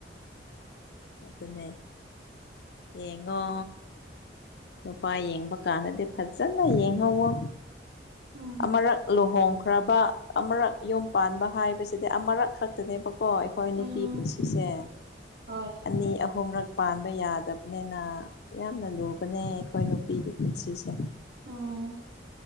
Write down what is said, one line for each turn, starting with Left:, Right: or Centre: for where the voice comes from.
Left: ꯑꯗꯨꯅꯦ ꯌꯦꯡꯉꯣ ꯅꯨꯄꯥ ꯌꯦꯡꯕ ꯀꯥꯟꯗꯗꯤ ꯐꯖꯅ ꯌꯦꯡꯍꯧꯋꯣ
Right: ꯎꯝ
Left: ꯑꯃꯔꯛ ꯂꯨꯍꯣꯡꯈ꯭ꯔꯕ ꯑꯃꯔꯛ ꯌꯨꯝ ꯄꯥꯟꯕ ꯍꯥꯏꯕꯁꯤꯗꯤ ꯑꯃꯔꯛ ꯈꯛ ꯈꯛꯇꯅꯦꯕꯀꯣ ꯑꯩꯈꯣꯏ ꯅꯨꯄꯤ
Right: ꯎꯝ
Left: ꯄꯨꯟꯁꯤꯁꯦ
Right: ꯍꯣꯏ
Left: ꯑꯅꯤ ꯑꯍꯨꯝꯔꯛ ꯄꯥꯟꯕ ꯌꯥꯗꯕꯅꯤꯅ ꯌꯥꯝꯅ ꯂꯨꯕꯅꯦ ꯑꯩꯈꯣꯏ ꯅꯨꯄꯤꯒꯤ ꯄꯨꯟꯁꯤꯁꯦ
Right: ꯎꯝ